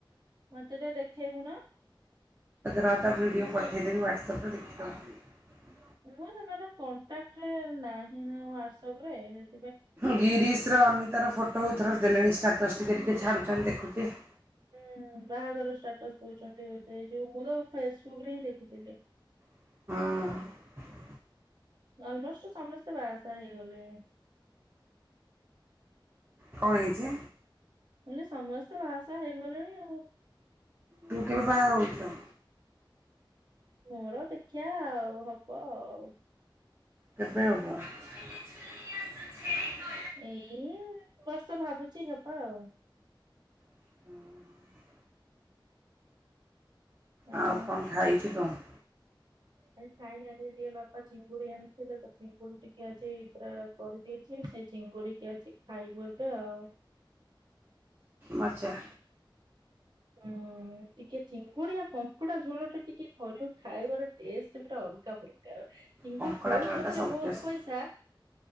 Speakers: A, on the right; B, on the right.
A: ମତେ ଟିକେ ଦେଖେଇବୁ ନା?
B: ରଅ ତା ବିିଡ଼ିଓ ପଠେଇଦେବି ୱାତ୍ସପ୍ ରେ ଦେଖିଦବୁ।
A: ମୁଁ ସେମାନଙ୍କ କଣ୍ଟାକ୍ଟରେ ନାହିଁ ନା ହ୍ଵାଟସପ ରେ ସେଥି
B: ଗିରିଶ୍ର ଅନିତାର ଫଟୋ ଏଥର ଦେଲେଣି ଷ୍ଟାଟସ୍ ଟିକେ ଟିକେ ଛାଡୁଛନ୍ତି ଦେଖୁଚି। <inaudible>
A: ହୁଁ ବାହାଘର ଷ୍ଟାଟସ ଦଉଛନ୍ତି ଏଇ ଯଉ ମୁଁ ତ ଫେସବୁକ୍ ରେ ହିଁ ଦେଖିଥିଲି।
B: ହଁ।
A: ଅଲମୋଷ୍ଟ ସମସ୍ତେ ବା ସା ହେଇଗଲେଣି।
B: କଣ ହେଇଚି?
A: ମୁଁ କଇଲି ସମସ୍ତେ ବାହାସାହା ହେଇଗଲେଣି ଆଉ।
B: ତୁ କେବେ ବାହା ହଉଚୁ?
A: ମୋର ଦେଖିବା ଆଉ ହବ ଆଉ।
B: କେବେ ହେବ ଝୁଲି ଝୁଲି ଆସୁଛିରେ କଳା
A: ଏଇ ବର୍ଷ ଭାବୁଚି ହେବ ଆଉ।
B: ହୁଁ।
A: ହଁ।
B: ଆଉ କଣ ଖାଇଚୁ କଣ।
A: ଆଜି ଖାଇନି ଆଦିର୍ ଟିକେ ବାପା ଚିଙ୍ଗୁଡ଼ି ଆଣିଥିଲେ ତ ଚିଙ୍ଗୁଡିଟିକେ ଆଜି ପୁରା କରିଦେଇଚି ସେଇ ଚିଙ୍ଗୁଡି ଟିକେ ଅଛି ଖାଇବୁ ଏବେ ଆଉ।
B: ମଜା
A: ହୁଁ ଟିକେ ଚିଙ୍ଗୁଡି ଆଉ କଙ୍କଡା ଝୋଳ ଟା ଟିକେ ଫରକ୍ ଖାଇବାର ଟେଷ୍ଟେ ପୁରା ଅଲଗା ପ୍ରକାର ଚିଙ୍ଗୁଡି
B: କଙ୍କଡ଼ା
A: ନଉ
B: ଝୋଳଟା
A: ପଛେ
B: ସବୁଠୁ
A: ବହୁତ
B: ଟେଷ୍ଟ।
A: ପଇସା